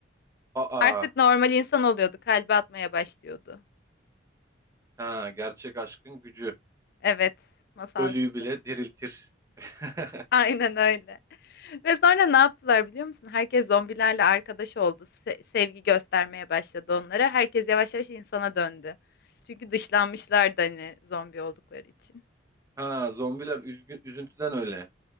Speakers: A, on the right; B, on the left.
A: Aa.
B: Artık normal insan oluyordu. Kalbi atmaya başlıyordu.
A: Ha, gerçek aşkın gücü.
B: Evet, masal
A: Ölüyü
B: gibi.
A: bile diriltir. <laughs>
B: Aynen öyle. Ve sonra ne yaptılar biliyor musun? Herkes zombilerle arkadaş oldu. Se- sevgi göstermeye başladı onlara. Herkes yavaş yavaş insana döndü. Çünkü dışlanmışlardı hani zombi oldukları için.
A: Ha, zombiler üzgün, üzüntüden öyle.